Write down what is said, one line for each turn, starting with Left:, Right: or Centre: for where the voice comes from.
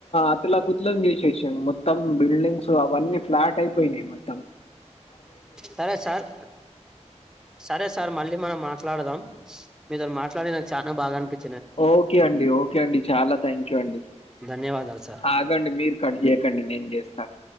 Left: అతలా కుతులం చేసేసాం మొత్తం బిల్డింగ్స్ అన్నీ ఫ్లాట్ అయిపోయినాయి తం
Centre: సరే సార్ సరే సార్ మళ్ళీ మనం మాట్ మాట్లాడాం మీదరు మాట్డి నాకు చాలా బాగా అనిపింది
Left: ఓకే అండి ఓకే అండి చాలా థ్యాంక్ యూ అండి
Centre: ధన్యవాదాలు సార్
Left: ఆగండి మీరు కట్ చే అక్కడిని నేం చేస్తాను